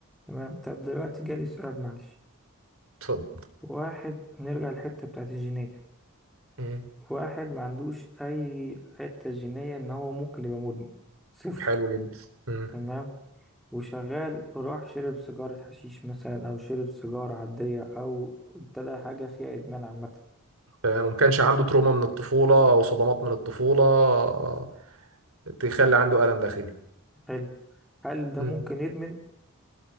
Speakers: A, in the centre; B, on the right.
A: تمام طب دلوقتي جالي سؤال معلش
B: اتفضل
A: واحد نرجع للحتة بتاعت الجينية
B: مم.
A: واحد ما عندوش أي حتة جينية إن هو ممكن يبقى مدمن صفر
B: حلو جدا مم.
A: تمام وشغال راح شرب سيجارة حشيش مثلا أو شرب سيجارة عادية أو ابتدى حاجة فيها إدمان عامة
B: تمام وما كانش عنده تروما من الطفولة أو صدمات من الطفولة آه، تخلي عنده ألم داخلي
A: حلو هل ده
B: مم.
A: ممكن يدمن؟